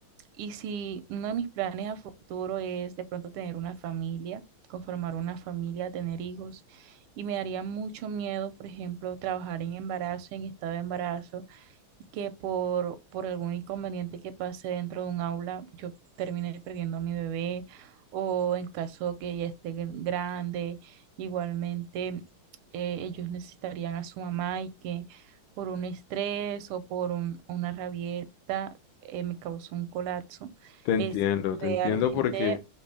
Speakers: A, on the right (about 85°); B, on the left (about 70°).
A: Y si uno de mis planes a futuro es de pronto tener una familia, conformar una familia, tener hijos. Y me daría mucho miedo, por ejemplo, trabajar en embarazo, en estado de embarazo, y que por, por algún inconveniente que pase dentro de un aula, yo termine perdiendo a mi bebé, o en caso que ella esté gr- grande, igualmente eh, ellos necesitarían a su mamá y que por un estrés o por un- una rabieta eh, me causó un colapso.
B: Te entiendo,
A: Es
B: te
A: realmente,
B: entiendo porque